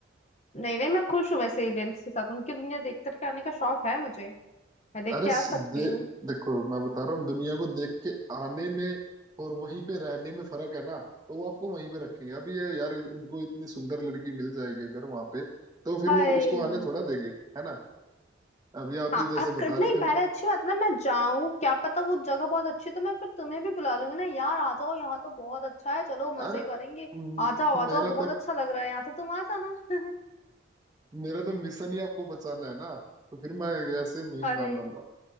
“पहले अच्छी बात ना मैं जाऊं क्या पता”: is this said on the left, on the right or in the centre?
Left